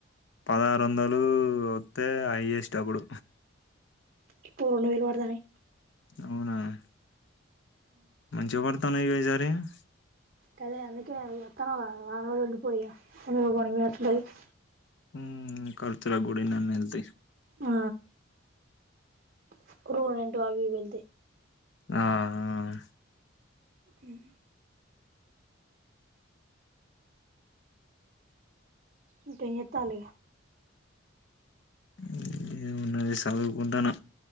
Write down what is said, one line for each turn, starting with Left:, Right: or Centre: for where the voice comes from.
Left: పదహారు వందలు వస్తే హైయెస్ట్ అప్పుడు
Right: ఇప్పుడు, రెండు వేళ్లు వడ్డతనై.
Left: అవునహ్? మంచిగా, పడుతున్నాయిగా ఈ? ఎ <unintelligible> జరిగింద్? <inaudible>
Right: కదా, అందుకే <unintelligible> ఇవ్వధ. <unintelligible> వోతున్నవ్ గా, వారం రోజులు ఉండిపో ఇగ. <unintelligible> పంగరోజు మార్నింగ్ ఎట్ల ఉంటది?
Left: హ్మ్మ్! ఖర్చులకు గూడా ఇననా ఎల్తై.
Right: ఆ! <unintelligible> క్రూ, ఆ రెండు! అవి ఇవి ఎల్తై.
Left: ఆఆఆ!
Right: హ్మ్! ఇంకే చేతలు ఇగ.
Left: ఉమ్మ్! ఏమున్నది, సదువుకుంటున్నా.